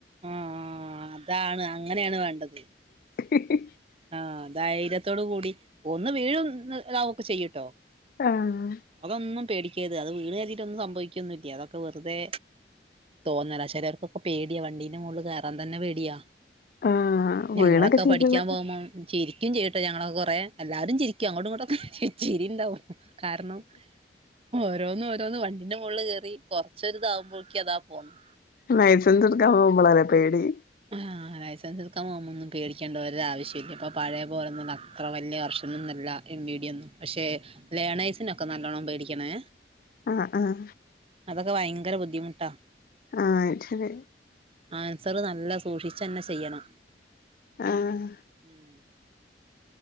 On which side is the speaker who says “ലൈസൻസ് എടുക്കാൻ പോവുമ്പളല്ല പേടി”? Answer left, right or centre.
Left